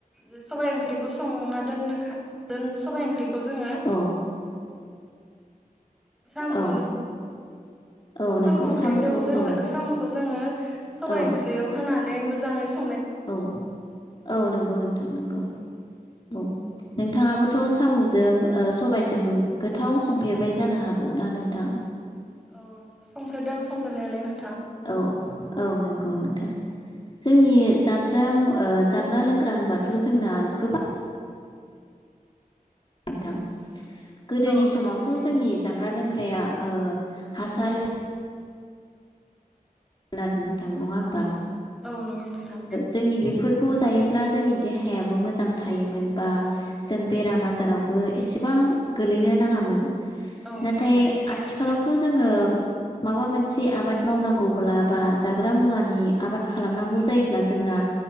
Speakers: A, in the centre; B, on the left.
A: जे सबाइ ओंख्रिखौ संना दोननाखा दोन सबाइ ओंख्रिखौ जोङो ओ
B: औ
A: साम
B: औ
A: ओ
B: औ
A: साम'
B: नंगौ
A: ओंख्रिखौ
B: साम'खौ
A: जोङो
B: औ
A: साम'खौ जोङो सबाइ
B: औ
A: ओंख्रियाव होनानै मोजां जाङै
B: औ औ नंगौ नोंथां नंगौ औ नोंथाङाबोथ सामजों सबायजों गोथाव संफेरबाय जानो हागौना नोंथां
A: औ संफेरदों संफेरनायालाय नों
B: औ औ नंगौ नों थां जोंनि जाग्रा ओ जाग्रा लोंग्रा होनबाथ जोंना गोबां नोंथां गोदोनि
A: औ औ नोंथां
B: समावथ
A: गोदोनि
B: जोंनि
A: समावथ'
B: जाग्रा लोंग्राया ओ हासार खोनादो नोथां नङा होनबा ओ
A: औ नंगौ नोंथां
B: जोंनि बेफोरखौ जायोब्ला जोंनि देहायाबो मोजां थायोमोन बा जों बेराम आजारावबो एसेबां गोलैनो नाङामोन
A: औ
B: नाथाय
A: नंगौ नोंथां
B: आथिखालावथ
A: थ'
B: जोङो माबा मोनसे आबाद मावनांगौ बा जाग्रा मुवानि खालामनांगौ जायोब्ला जोंना